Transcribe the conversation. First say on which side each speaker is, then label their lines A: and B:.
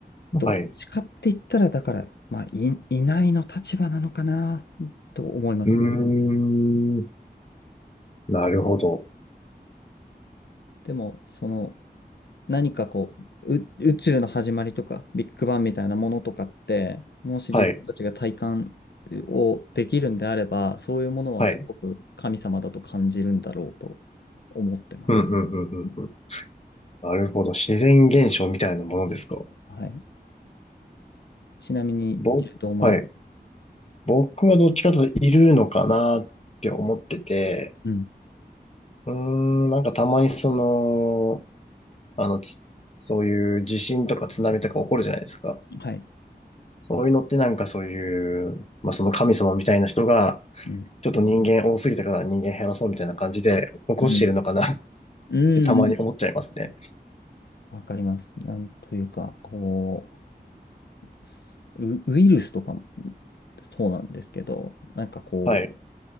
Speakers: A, on the left; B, on the left.
A: どっちかって言ったら、
B: はい。う
A: だから、まあ、い、いないの立場なのかな、と思います。
B: ーん。なるほど。
A: でも、その、何かこう、う、宇宙の始まりとか、ビッグバンみたいなものとかって、もし自分たちが体感をできるんであれば、
B: はい。
A: そういうものはすごく神様だと感じるんだろうと
B: はい。
A: 思ってます。
B: うん、うん、うん、
A: うん
B: うん、なるほど。自然現象みたいなものですか。
A: はい。ちなみに、
B: ぼ、
A: いると思います。
B: はい。僕はどっちかというといるのかなって思ってて、
A: うん。
B: うーん、なんかたまにその、あの、つそういう地震とか津波とか起こるじゃないですか。
A: はい。
B: そういうのってなんかそういう、まあその神様みたいな人が、
A: うん。
B: ちょっと人間多すぎたから人間減らそうみたいな感じで起こしているのかなっ
A: うん。うん。
B: てたまに思っちゃいますね。
A: うんわかります。なんというか、こう、すウ、ウイルスとかもそうなんですけど、なんかこう、
B: はい。